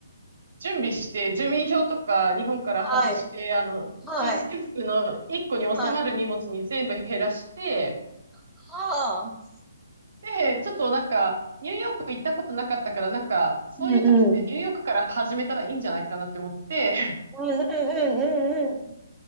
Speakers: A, on the right; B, in the centre.
A: 準備して、住民票とか日本から外して、
B: はい。
A: あの、
B: はい。
A: スーツケースの1個に収まる荷物に全部減らして、
B: はい。はあ。
A: で、ちょっとなんか、ニューヨーク行ったことなかったから、なんか、そういう時ってニューヨークから始めたらいいんじゃないかなって思って、
B: うんうん。うんうんうんうんうん。